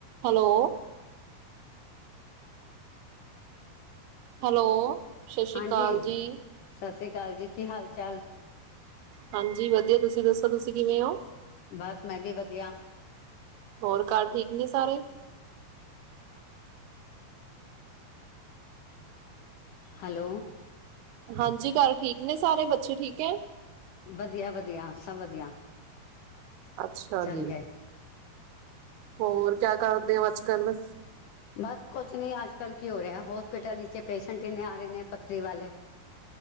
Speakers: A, on the right; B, on the left.
A: Hello hello, ਸਤਿ ਸ਼੍ਰੀ
B: ਹਾਂਜੀ
A: ਅਕਾਲ ਜੀ।
B: ਸਤਿ ਸ੍ਰੀ ਅਕਾਲ ਜੀ, ਕੀ ਹਾਲ ਚਾਲ?
A: ਹਾਂਜੀ ਵਧੀਆ, ਤੁਸੀਂ ਦੱਸੋ ਤੁਸੀਂ ਕਿਵੇਂ ਹੋ?
B: ਬਸ ਮੈਂ ਵੀ ਵਧੀਆ।
A: ਹੋਰ ਘਰ ਠੀਕ ਨੇ ਸਾਰੇ।
B: ਹੈਲੋ।
A: ਹਾਂਜੀ ਘਰ ਠੀਕ ਨੇ ਸਾਰੇ ਬੱਚੇ ਠੀਕ ਹੈ।
B: ਵਧੀਆ ਵਧੀਆ ਸਭ ਵਧੀਆ।
A: ਅੱਛਾ
B: ਸੰਘ
A: ਜੀ,
B: ਹੈ।
A: ਹੋਰ ਕਿਆ ਕਰਦੇ ਹੋ ਅੱਜ ਕੱਲ।
B: ਬਸ ਕੁਛ ਨਹੀਂ ਅਜ ਕੱਲ ਕੀ ਹੋ ਰਿਹਾ ਹੋਸਪਿਟਲ ਵਿੱਚ ਪੇਸ਼ੈਂਟ ਇੰਨੇ ਆ ਰਹੇ ਨੇ ਪੱਥਰੀ ਵਾਲੇ।